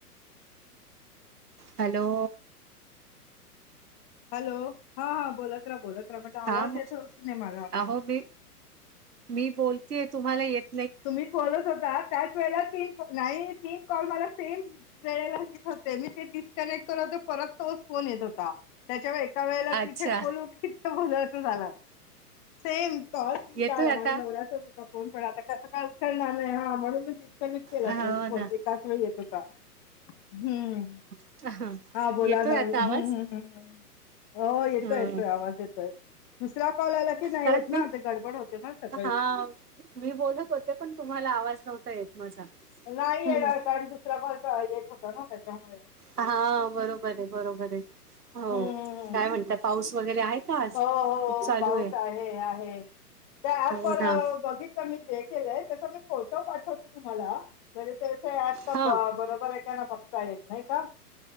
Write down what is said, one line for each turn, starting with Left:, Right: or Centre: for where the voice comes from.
Right: हॅलो.
Left: हॅलो हा हा बोलत राहा बोलत राहा बट आवाज
Right: हा म
Left: येतोय की नाही माझा.
Right: अहो मी मी बोलतेय तुम्हाला एक
Left: तुम्ही बोलत होता त्याच वेळेला तीन नाही तीन कॉल मला सेम -- वेळेला <unintelligible> होते मी ते डिस्कनेक्ट करत होते परत तोच फोन येत होता. त्याच्यावर एका वेळेला
Right: अच्छा
Left: तिथे बोलू की इथ बोलू असं झालं. सेम कॉल तीनदा
Right: येतोय
Left: आला
Right: आता
Left: माझ्या नवऱ्याचाच होता. तिचा फोन पण आता कस काय उचलणार आहे हा म्हणून मी ती असाही मीच केला
Right: हो
Left: तोच फोन
Right: ना
Left: एकाच वेळी येत होता हूं!
Right: <unintelligible>
Left: हा बोला
Right: येतोय
Left: ना
Right: आता
Left: हूं
Right: आवाज
Left: हूं हूं हूं हो येतो
Right: हं.
Left: येतोय आवाज येतोय. दुसरा कॉल आला की नाहीे
Right: कारण
Left: येत ना,
Right: मी
Left: ते गडबड होते स
Right: हा मी बोलत होते, पण तुम्हाला आवाज नव्हता येत माझा.
Left: नाही
Right: हं.
Left: येणार कारण दुसरा कॉल चा येत होता ना त्याच्यामुळे.
Right: हा बरोबर, हे बरोबर हे, हो
Left: हम्म
Right: काय म्हणता पाऊस वगैरे आहे? का आज
Left: हो हो
Right: खूप चालू
Left: पाऊस आहे, आहे त्या ऍप
Right: हो
Left: वर
Right: ना
Left: बघित पण मी ते केलंय त्याचा मी फोटो पाठवते तुम्हाला म्हणजे ते <unintelligible> त
Right: हा
Left: प बरोबर आहे का ना बघता येईल नाही का.